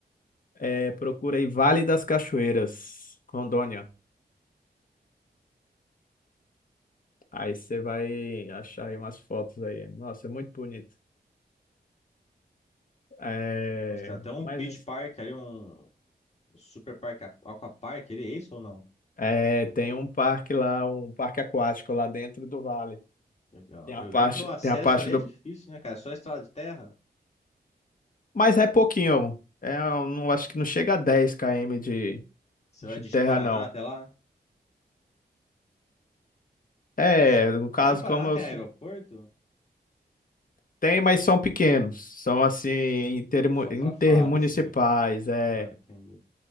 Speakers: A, on the left; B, on the left.
A: É, procura aí Vale das Cachoeiras, Rondônia. Aí você vai achar aí umas fotos aí. Nossa, é muito bonito. É,
B: Nossa, tem até um
A: mas
B: beach park ali, um super parque, aqu- aquapark, ele é isso ou não?
A: é, é, tem um parque lá, um parque aquático lá dentro do vale.
B: Legal.
A: Tem a
B: Eu
A: parte,
B: vi que o acesso
A: tem a parte
B: ali
A: do.
B: é difícil, né, cara? É só estrada de terra.
A: Mas é pouquinho. É, eu não acho que não chega a dez km de,
B: Você
A: de
B: vai de
A: terra,
B: Ji-Paraná
A: não.
B: até lá.
A: É,
B: Ji-
A: no caso,
B: Ji-Paraná
A: como
B: tem
A: eu. sou-
B: aeroporto?
A: Tem, mas são pequenos. São assim, intermu-
B: Só pra
A: intermunicipais.
B: FAB, assim.
A: É
B: Ah, entendi.